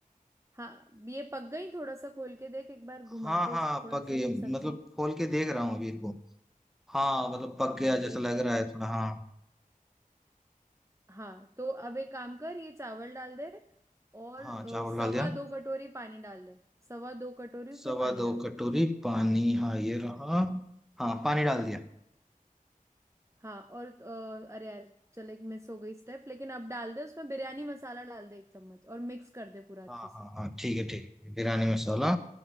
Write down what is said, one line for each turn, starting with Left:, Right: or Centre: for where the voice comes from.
Right: हाँ ये पक गई थोड़ा सा खोल के देख एक बार घुमा
Centre: हाँ
Right: के
Centre: हाँ
Right: थोड़ा
Centre: पक गई
Right: सा
Centre: है।
Right: की सब्जी
Centre: मतलब खोल के देख रहा हूँ अभी इनको हाँ मतलब पक गया
Right: हाँ देख
Centre: जैसा लग
Right: एक
Centre: रहा
Right: बार
Centre: है थोड़ा हाँ
Right: हाँ तो अब एक काम कर ये चावल डाल दे और
Centre: हाँ
Right: अ,
Centre: चावल
Right: सवा
Centre: डाल दिया
Right: दो कटोरी पानी डाल दे सवा दो कटोरी उसमें
Centre: सवा
Right: पानी
Centre: दो
Right: डाल
Centre: कटोरी
Right: दे
Centre: पानी हाँ ये रहा हाँ पानी डाल दिया
Right: हाँ और अ, अरे यार चल एक मिस हो गई स्टेप लेकिन अब डाल दे उसमें बिरयानी मसाला डाल दे एक चम्मच और मिक्स कर दे पूरा अच्छे
Centre: हाँ
Right: से
Centre: हाँ हाँ ठीक है ठीक है बिरयानी मसाला